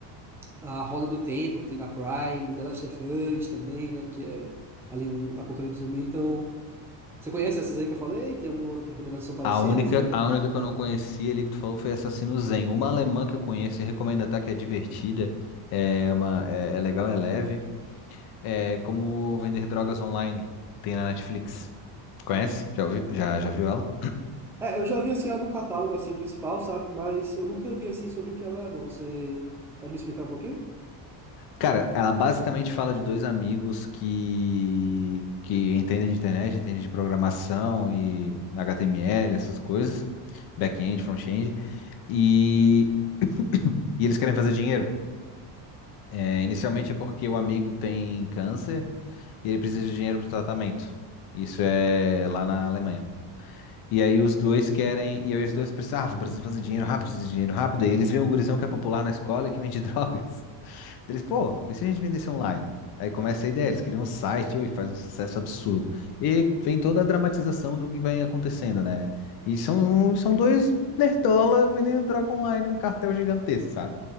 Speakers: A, in the centre; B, on the left.
A: a Roda do Tempo, que tem na Prime, The Last of Us também, né? Que é ali um apocalipse zumbi. Então, você conhece essas aí que eu falei? Tem alguma outra recomendação parecida,
B: A única,
A: sei lá?
B: a única que eu não conhecia ali que tu falou foi Assassino Zen. Uma alemã que eu conheço e recomendo até que é divertida, é uma, é é legal, é leve. É como vender drogas online. Tem na Netflix. Conhece? Já, ouvi- já, já viu ela?
A: É, eu já vi assim ela no catálogo assim principal, sabe? Mas eu nunca vi assim sobre o que ela é, não. Você pode me explicar um pouquinho?
B: Cara, ela basicamente fala de dois amigos que, que entendem de internet, entendem de programação e HTML, essas coisas, back-end, front-end, e, e eles querem fazer dinheiro. É, inicialmente é porque o amigo tem câncer e ele precisa de dinheiro para o tratamento. Isso é lá na Alemanha. E aí os dois querem, e aí os dois precisavam, precisam fazer dinheiro rápido, precisa de dinheiro rápido. E eles veem um gurizão que é popular na escola e que vende <laughs> drogas. Eles, pô, e se a gente vendesse online? Aí começa a ideia, eles criam um site e faz um sucesso absurdo. E vem toda a dramatização do que vai acontecendo, né? E são, são dois nerdola vendendo droga online, um cartel gigantesco, sabe?